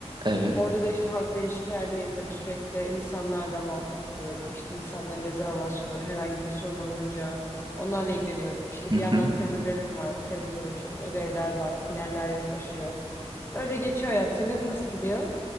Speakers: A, on the right; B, on the left.
A: evet.
B: Orada da işte halkla ilişkilerdeyim böyle sürekli insanlarla muhatap oluyorum. İşte insanların rezervasyonları herhangi bir sorun olunca onlarla ilgileniyorum. İşte
A: Hı
B: bir
A: hı.
B: yandan tez ödevim var, tezle uğraşıyorum. Ödevler var, finaller yaklaşıyor. Öyle geçiyor hayat. Senin nasıl gidiyor?